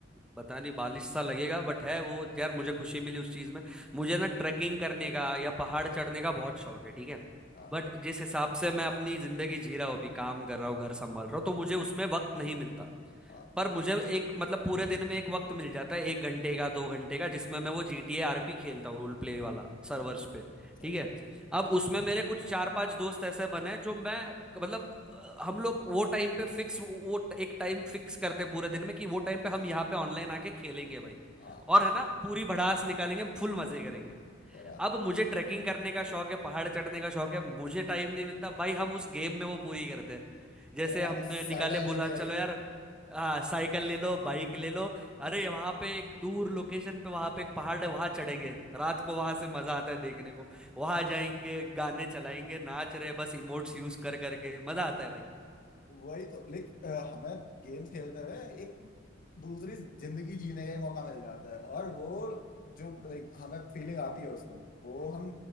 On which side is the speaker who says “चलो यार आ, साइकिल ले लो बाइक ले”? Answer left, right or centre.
Centre